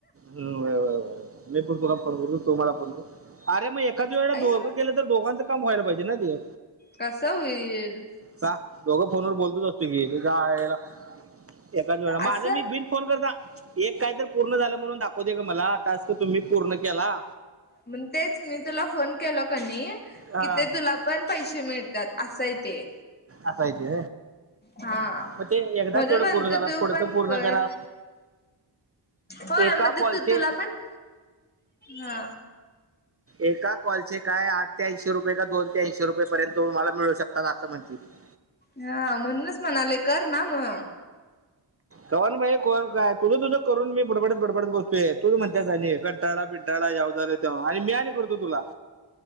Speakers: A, on the right; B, on the left.
A: हम्म व्हय व्हय व्हय मी पण तुला फोन करतो तू मला फोन कर आरे मग का तुझ्याकड
B: आई
A: दोघं
B: गं
A: केलं तर दोघांचं काम व्हायला पाहिजे ना ते
B: कस होईल
A: का दोघं फोनवर बोलतच असतोय की, हेच्या आयला एकाच वेळा माझं
B: असं
A: मी भि फोन करता, एक काय तर पूर्ण झालं म्हणून दाखवतंय ग मला टास्क तुम्ही पूर्ण केला.
B: मण तेच मी तुला फोन केलो कनी
A: हा,
B: कि ते तुला पण पैसे मिळतात असाय ते
A: असाय ते
B: हा
A: मग ते एकदाच
B: म्हणून
A: तेवढं
B: म्हणतो
A: पूर्ण झाला
B: तु
A: पुढचं
B: पण
A: पूर्ण
B: कर
A: करा
B: हो
A: एका
B: मग
A: कॉलचे
B: ते तुला पण हा
A: एका कॉलचे काय आठ ते ऐशी रुपये का दोन ते ऐंशी रुपये पर्यंत तुम्हाला मिळू शकता असं म्हणतात ते
B: हा म्हणूनच म्हणालोय कर ना मग
A: कवन भाई कोण काय तुझं तुझं करून मी बडबडत बडबडत बसतोय तूच म्हणत्यास आणि कटाळा - बिटाळा ह्याव झालंय त्याव आणि मी आणि करतो तुला